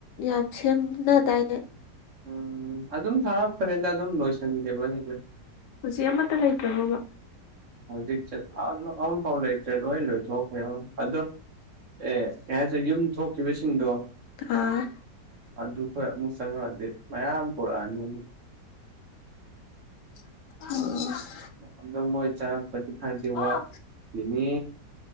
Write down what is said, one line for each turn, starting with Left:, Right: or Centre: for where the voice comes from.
Left: ꯌꯥꯝ ꯁꯦꯝꯅꯗꯥꯏꯅꯦ
Right: ꯎꯝ ꯑꯗꯨꯝ ꯊꯥꯔꯛꯄꯅꯤꯗ ꯑꯗꯨꯝ ꯂꯣꯏꯁꯟꯈꯤꯕꯅꯤꯗ
Left: ꯍꯧꯖꯤꯛ ꯑꯃꯠꯇ ꯂꯩꯇ꯭ꯔꯕꯣꯕ
Right: ꯍꯧꯖꯤꯛ ꯆꯠ <unintelligible> ꯑꯝꯐꯥꯎ ꯂꯩꯇ꯭ꯔꯦ ꯂꯣꯏ ꯂꯣꯏꯊꯣꯛꯈ꯭ꯔꯦ ꯑꯗꯣ ꯑꯦ ꯀꯩ ꯍꯥꯏꯗꯨꯏ ꯌꯨꯝ ꯊꯣꯛꯈꯤꯕ ꯁꯤꯡꯗꯣ
Left: ꯑꯥ
Right: ꯑꯗꯨ ꯈꯣꯏ ꯑꯃꯨꯛ ꯆꯪꯉꯛꯑꯗꯤ ꯃꯌꯥꯝ ꯄꫭꯔꯛꯑꯅꯤ ꯑꯃꯨꯛ
Left: <unintelligible>
Right: ꯑꯗꯨ ꯃꯣꯏ ꯆꯪꯉꯛꯄꯗꯤ ꯈꯔꯗꯤ
Left: ꯑꯥ
Right: ꯋꯥꯠꯈꯤꯅꯤ